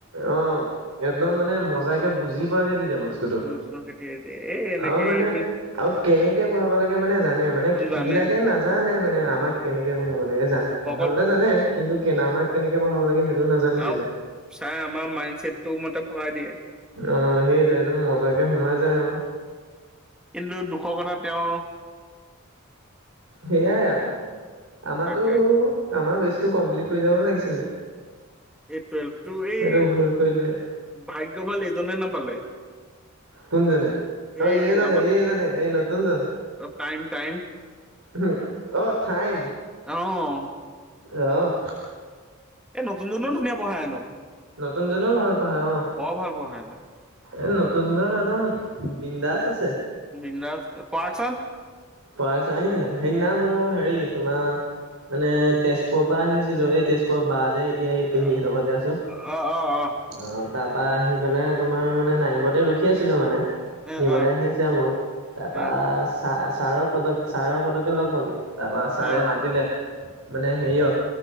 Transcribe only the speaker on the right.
অ, একদম মানে মজ কে, বুজি পোৱাকে দি বস্তুটো
আৰু মানে
আৰু কেনেকে পঢ়াব লাগে মানে জানে মানে।
এইবিলাকে নাজানে মানে আমাক কেনেকে পঢ়াব লাগে জান পঢ়াবলে
জানে কিন্তু কে, আমাক কেনেকে পঢ়াব লাগে, সেইটো নাজানিছিলে।
অ, সেইটো একদম মজাকে সোমাই যায় আৰু।
সেইয়াই আৰু আমাৰো
আমাৰ বেচটো কমপ্লিট কৰি যা'ব লাগিছিলে।
সেইটো ভুল কৰি দিলে।
কুঞজনে অঐ,
এইজনে
এইজনে এ, ন, তুঞজন।
উম, অ, টাইম।
অহ।
নতুন জনেও ভাল পায় অ,
এ, নতুনজন একদম। বিন দাস আছে।
পছ নিচিনা সেইদিনা মোৰ হেৰি তোমাৰ মানে, তেজপুৰৰ পৰা আহিছিলোঁ। এই তেজপুৰৰ বাহ যে। এতিয়া, এই
পেহীহঁতৰ ঘৰতে আছোঁ।
তাৰপৰা আহি পেলাই তোমাৰ মানে, নাইমবৰতে ৰখি আছিলোঁ মানে।
নিবলৈ
আহি আছে আৰু মোক। তাৰপা
ছাৰ, ছাৰক পটকে ছাৰক পটকে লগ পালোঁ। তাৰপৰা ছাৰে
মাতিলে। মানে, হেৰি অ',